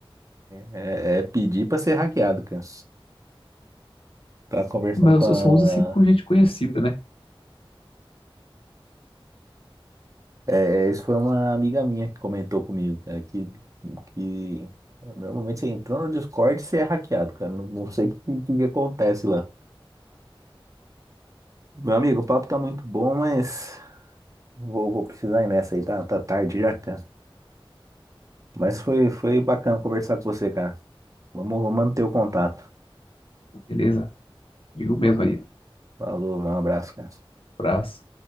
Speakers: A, on the right (about 35°); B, on the left (about 70°).
A: é, é pedir pra ser hackeado, cara. Tava conversando
B: Mas
A: com a.
B: eu, eu só uso assim com gente conhecida, né?
A: É, é, isso foi uma amiga minha que comentou comigo, cara, que, que normalmente você entrou no Discord e você é hackeado, cara. Não, não sei o que, que que acontece lá. Meu amigo, o papo tá muito bom, mas vou, vou precisar ir nessa aí, tá, tá tarde já, cara. Mas foi, foi bacana conversar com você, cara. Vamos, vamos manter o contato.
B: Beleza, digo mesmo
A: Fa-
B: aí.
A: Falou, um abraço, cara.
B: Abraço.